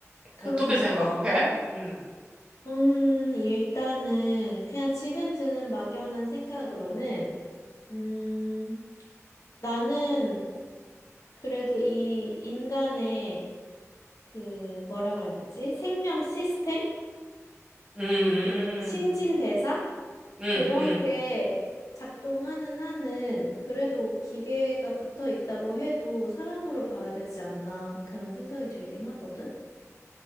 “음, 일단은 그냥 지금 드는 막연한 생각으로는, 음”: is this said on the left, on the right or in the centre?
Left